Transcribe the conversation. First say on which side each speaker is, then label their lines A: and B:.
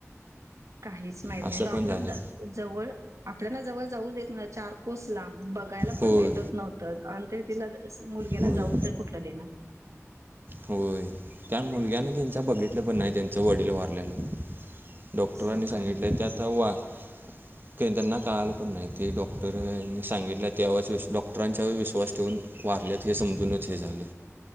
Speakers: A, on the right; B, on the right.
A: काहीच माहत
B: असं
A: नाही,, डॉक्टर
B: पण झालं
A: जवळ आपल्याला जवळ जाऊ देत नाही चार. कुसला,, बघायला
B: होय
A: पण भेटत नव्हतं, आणि ते तिला मुलगीला
B: होय
A: जाऊ तर कुठलं देणार.
B: होय, त्या मुलग्याना त्यांच्या बघितलं पण नाही त्यांचं वडील वारलेलं. डॉक्टरांनी
A: हो
B: सांगितलय
A: का
B: ते आता वा त्यांना काळालं पण नाही,, ते डॉक्टरनी सांगितल्या तेव डॉक्टरांच्यावर विश्वास ठेवून वारल्यात हे समजूनच हे झालं